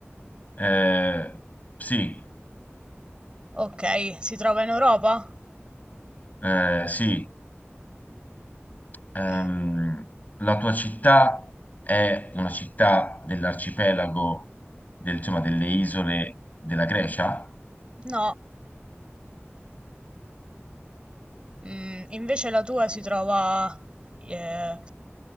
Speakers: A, on the left; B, on the right.
A: eh, sì,
B: Ok, si trova in Europa?
A: eh, sì. ehm,
B: Mm,
A: la tua città è una città dell'arcipelago, del- insomma, delle isole della Grecia?
B: No, mm, invece la tua si trova eh,